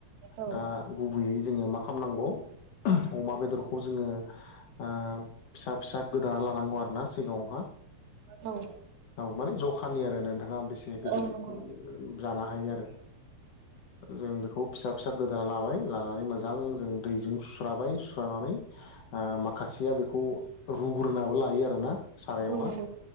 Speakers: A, on the right; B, on the left.
A: औ
B: दा गुबैयै जोङो मा खालामनांगौ अमा बेदरखौ जोङो फिसा फिसा गोदाना लानांगौ आरो ना सिगाङावहा
A: औ
B: औ माने जखानि आरो नोंथाङा बेसे गेदिर
A: औ नंगौ
B: जानो हायो आरो जों बेखौ फिसा फि फिसा गोदाना लाबाय लानानै मोजां जों दैजों सु्राबाय सुस्रानानै माखासेया बेखौ रुग्राबो लायो आरोोना सारायावहा
A: औ नंगौ